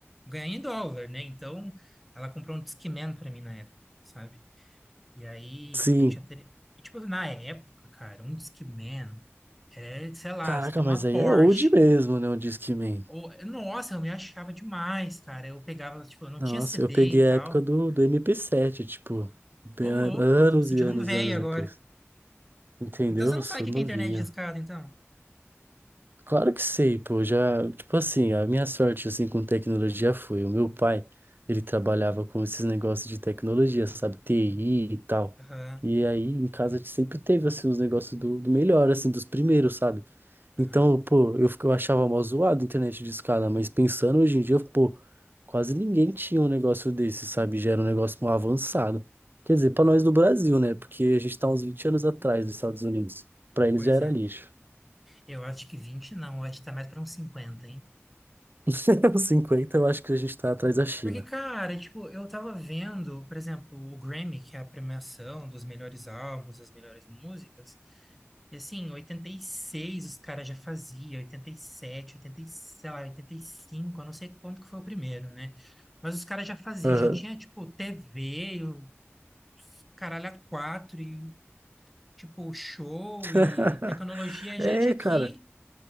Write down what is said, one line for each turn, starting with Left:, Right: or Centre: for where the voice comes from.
Centre: ganha em dólar, né? Então, ela comprou um Discman pra mim na época, sabe? E aí
Right: Sim.
Centre: eu tinha. Ter... e, Tipo, na época, cara, um Discman é, sei lá,
Right: Caraca,
Centre: você tem uma
Right: mas aí
Centre: Porsche.
Right: é old mesmo, né? O Disque Man.
Centre: Ou, nossa, eu me achava demais, cara. Eu pegava, tipo, eu não
Right: Nossa,
Centre: tinha CD
Right: eu peguei
Centre: e
Right: a
Centre: tal.
Right: época do, do mp sete tipo, bem-
Centre: Ô, louco,
Right: anos
Centre: eu tô me sentindo
Right: e anos,
Centre: um velho
Right: anos
Centre: agora.
Right: depois. Entendeu?
Centre: Então você
Right: Eu
Centre: não
Right: sou
Centre: sabe o que
Right: novinho.
Centre: que é internet discada, então?
Right: Claro que sei, pô, já, tipo assim, a minha sorte, assim, com tecnologia foi, o meu pai, ele trabalhava com esses negócios de tecnologia, sabe, TI e tal,
Centre: Aham,
Right: e aí em casa a gente sempre teve, assim, os negócios do, do melhor, assim, dos primeiros, sabe,
Centre: aham.
Right: então, pô, eu, fico- eu achava mó zoado a internet de escada, mas pensando hoje em dia, pô, quase ninguém tinha um negócio desse, sabe, já era um negócio mó avançado, quer dizer, pra nós do Brasil, né, porque a gente tá uns 20 anos atrás dos Estados Unidos, pra eles
Centre: Pois
Right: já era
Centre: é.
Right: lixo.
Centre: Eu acho que 20 não, eu acho que tá mais pra uns cinquenta hein?
Right: <laughs> Os 50, eu acho que a gente tá atrás da China.
Centre: Porque, cara, tipo, eu tava vendo, por exemplo, o Grammy, que é a premiação dos melhores álbuns, das melhores músicas. E assim, em 86 os caras já faziam, 87 oitenta e- sei lá, oitenta e cinco eu não sei quanto que foi o primeiro, né? Mas os caras já faziam,
Right: Aham.
Centre: já tinha, tipo, TV, o caralho a quatro, e, tipo, show
Right: <laughs>
Centre: e tecnologia. A
Right: É,
Centre: gente aqui,
Right: cara,